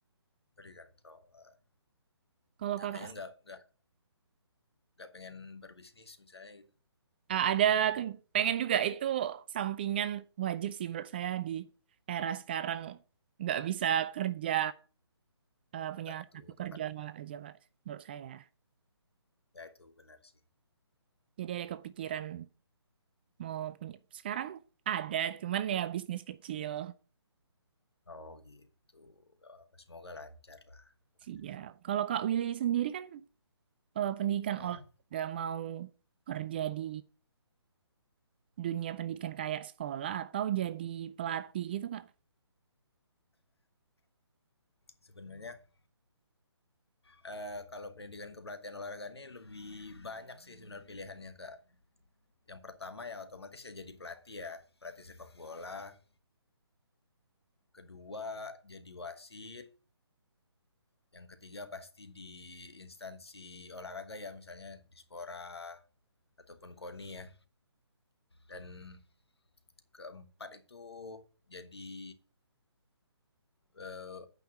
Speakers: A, on the left; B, on the right.
A: pendidikan. Oh, eh,
B: Kalau
A: kakaknya
B: Kakak
A: nggak nggak nggak pengen berbisnis misalnya gitu.
B: eh, ada ke- pengen juga itu sampingan wajib sih menurut saya di era sekarang nggak bisa kerja eh, punya
A: Satu
B: satu
A: tempat
B: kerja aja, Kak, menurut saya.
A: ya itu benar sih.
B: Jadi ada kepikiran mau punya. Sekarang ada, cuman ya bisnis kecil.
A: Oh gitu. Gak apa-apa. Semoga lancar lah pokoknya.
B: Siap. Kalau Kak Willy sendiri kan eh, pendidikan
A: Hmm.
B: olahraga mau kerja di dunia pendidikan kayak sekolah atau jadi pelatih gitu Kak.
A: Sebenarnya eh, kalau pendidikan kepelatihan olahraga ini lebih banyak sih sebenarnya pilihannya kak. Yang pertama ya otomatis ya jadi pelatih ya, pelatih sepak bola. Kedua jadi wasit. Yang ketiga pasti di instansi olahraga ya misalnya dispora ataupun KONI ya. Dan keempat itu jadi eh,